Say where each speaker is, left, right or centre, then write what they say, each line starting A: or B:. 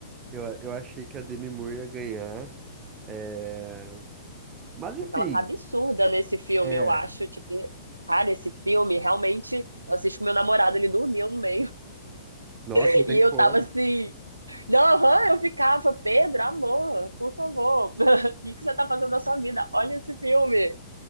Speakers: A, on the right (about 25°); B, on the right (about 80°).
A: eu, eu achei que a Demi Moore ia ganhar, é... mas enfim,
B: porque ela tá absurda nesse filme,
A: é,
B: eu acho, tipo, cara, esse filme realmente, eu assisti com meu namorado, ele dormiu no meio,
A: nossa,
B: <laughs>
A: não tem
B: e eu
A: como.
B: tava assim, Não, aham, eu ficava, Pedro, amor, por favor, <laughs> o que que você tá fazendo da sua vida? Olha esse filme,